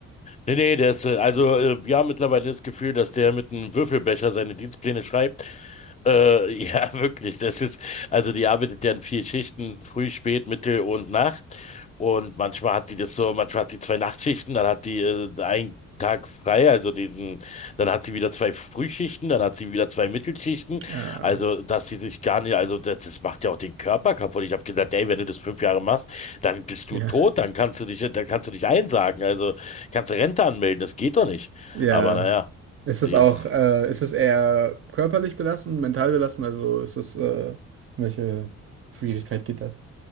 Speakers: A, on the left; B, on the right.
A: Nee, nee, der ist, äh, also äh, wir haben mittlerweile das Gefühl, dass der mit einem Würfelbecher seine Dienstpläne schreibt. Äh, ja, <laughs> wirklich, das ist, also die arbeitet ja in vier Schichten, früh, spät, Mittel und Nacht. Und manchmal hat die das so, manchmal hat die zwei Nachtschichten, dann hat die äh, einen Tag frei, also diesen, dann hat sie wieder zwei Frühschichten, dann hat sie wieder zwei Mittelschichten.
B: Ah,
A: Also, dass sie sich gar nicht, also das, das macht ja auch den Körper kaputt. Ich habe gesagt, ey, wenn du das fünf Jahre machst, dann bist
B: ja.
A: du tot, dann kannst du dich, dann kannst du dich einsagen. Also Kannst Rente anmelden, das geht doch nicht.
B: Ja.
A: Aber naja,
B: Ist
A: sie
B: es auch,
A: f-
B: äh, ist es eher körperlich belastend, mental belastend? Also ist es, äh, welche Schwierigkeit geht das?